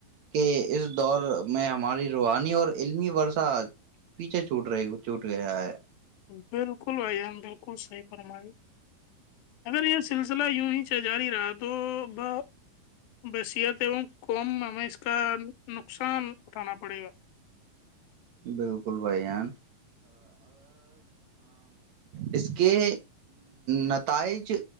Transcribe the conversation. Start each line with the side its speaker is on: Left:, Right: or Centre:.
Right: کے اس دور میں ہماری روحانی اور علمی ورثہ پیچھے چوٹ رہے چوٹ گیا ہے
Left: بالکل بھائیان بالکل صحیح فرمائی اگر یہ سلسلہ یوں ہی سے جاری رہا تو ب بثیت ای قم ہمیں اس کا نقصان اٹھانا پڑے گا
Right: بالکل بھائی جان اس کے نتائج